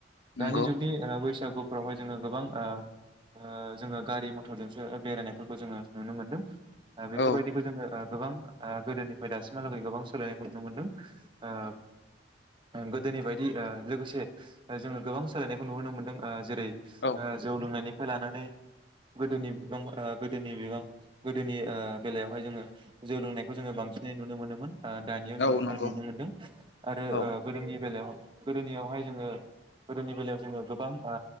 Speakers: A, on the left; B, on the right.
A: नंगौ
B: दानि जुगनि ओ बैसागु फोरावहाय जोङो गोबां ओ ओ जोङो गारि मथरजोंसो ओ बेरायनायफोरखौ जोङो नुनो मोनदों ओ बेफोरबायदिखौ
A: औ
B: जोङो। ओ गोबां ओ गोदोनिफ्राय दासिमहालागै गोबां सोलायनायखौ नुनो मोनदों ओ गोदोनि बायदि ओ लोगोसे जोङो। गोबां सोलायनायखौ नुहोनो मोनदों ओ। जेरै
A: औ
B: ओ जौ लोंनायनि। लानानै गोदोनि बिबां गोदोनि बिबां गोदोनि ओ बेलायावहाय जोङो जोव लोंनायखौ जोङो बांसिनै नुनो मोनोमोन। ओ दानियाव जोङो
A: औ नंगौ औ नंगौ
B: खम नुनो मोनदों आरो
A: औ
B: ओ गोदोनि बेलायाव। गोदोनियावहाय जोङो। गोदोनि बेलायाव जोङो गोबां ओ